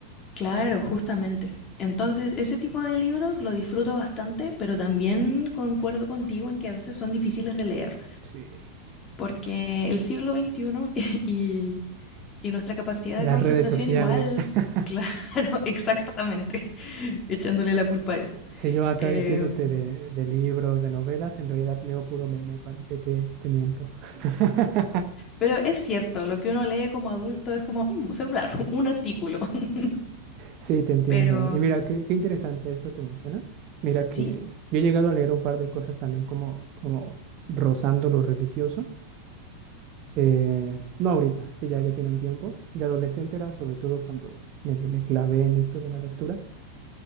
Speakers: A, on the left; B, on the right.
A: Claro, justamente. Entonces, ese tipo de libros lo disfruto bastante, pero también concuerdo contigo en que a veces son difíciles de leer,
B: Sí.
A: porque el siglo XXI <laughs> y, y nuestra capacidad
B: Las
A: de concentración
B: redes sociales.
A: igual,
B: <laughs>
A: claro, <laughs> exactamente, <laughs> echándole la culpa a eso.
B: Si yo acá
A: Eh,
B: diciéndote de, de libros, de novelas, en realidad leo puro meme, ¿para qué te, te miento? <laughs>
A: pero es cierto, lo que uno lee como adulto es como un celular, <laughs> un artículo. <laughs>
B: Sí, te entiendo.
A: Pero,
B: Y mira, qué, qué interesante esto que mencionas. Mira
A: ¿sí?
B: que yo he llegado a leer un par de cosas también como, como rozando lo religioso. Eh, no ahorita, sí, ya, ya tiene un tiempo. De adolescente era sobre todo cuando medio me clavé en esto de la lectura.